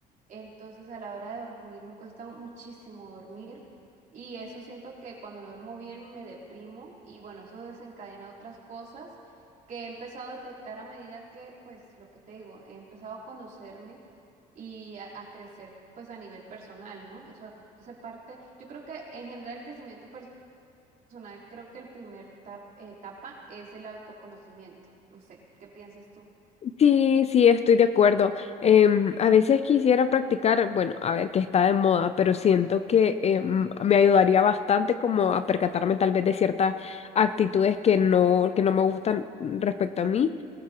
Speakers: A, on the right (about 50°); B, on the left (about 40°).
A: Entonces, a la hora de dormir me cuesta muchísimo dormir y eso siento que cuando no duermo bien me deprimo y bueno, eso desencadena otras cosas que he empezado a detectar a medida que, pues, lo que te digo, he empezado a conocerme y a, a crecer, pues, a nivel personal, ¿no? Eso hace parte, yo creo que en general el crecimiento personal, creo que el primer tap- etapa es el autoconocimiento. No sé, ¿qué piensas tú?
B: Sí, sí, estoy de acuerdo. Em, a veces quisiera practicar, bueno, a ver, que está de moda, pero siento que em, me ayudaría bastante como a percatarme tal vez de ciertas actitudes que no, que no me gustan respecto a mí.